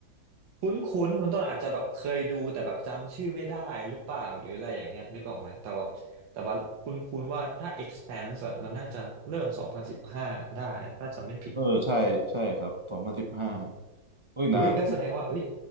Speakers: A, on the right; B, on the right.
A: คุ้นๆคุณต้นอาจจะแบบเคยดูแต่แบบจำชื่อไม่ได้หรือเปล่าหรืออะไรอย่างเงี้ยนึกออกไหมแต่ว่าแต่ว่าคุ้นๆว่าถ้า expanse อะมันน่าจะเริ่มสองพันสิบห้าได้นะถ้าจำไม่ผิด
B: เออใช่ใช่ครับสองพันสิบห้าอุ้ยนาน
A: อุ้ยก็แสดงว่าเอ้ย